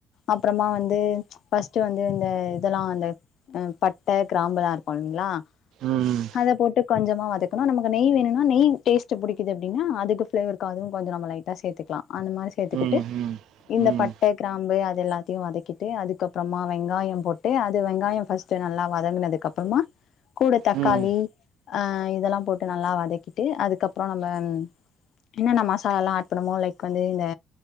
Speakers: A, on the left; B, on the right.
A: அப்றமா வந்து ஃபஸ்ட்டு வந்து இந்த இதெல்லா அந்த பட்ட கிராம்பலா இருக்கோலைங்கலாய
B: ம் ம்
A: அத போட்டு கொஞ்சமா வதக்கணு நமக்கு நெய் வேணுனா நெய் டேஸ்ட்டு புடிக்குது அப்டினா அதுக்கு ஃபிளேவர்க்காகவு அதுவு கொஞ்சோ நம்ம லைட்டா சேத்துக்கலா அந்த மாரி சேத்துக்கிட்டு
B: ம்
A: இந்த
B: ம்
A: பட் ட கிராம்பு அதெல்லாத்தயு வதக்கிட்டு அதுக்கபப்றோமா வெங்காயோ போட்டு அது வெங்காயோ ஃபஸ்ட்டு நல்லா வதங்குனதுக்கு அப்றோமா கூட தக்காளி
B: ம்
A: ஆ இதெல்லா போட்டு நல்லா வதக்கிட்டு அதுக்கப்றோ நம்ம என்னன்ன மசாலாலா ஆட் பண்ணமோ லைக் வந்து இந்த